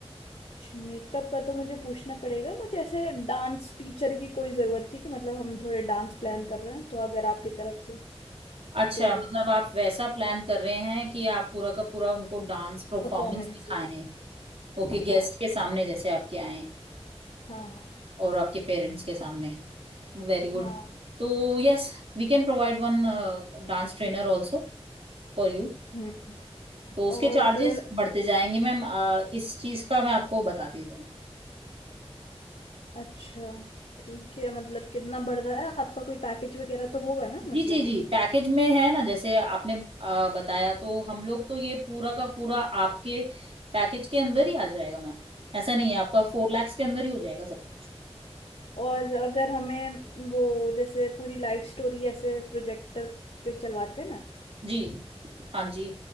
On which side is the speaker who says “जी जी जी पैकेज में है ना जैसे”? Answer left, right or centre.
Right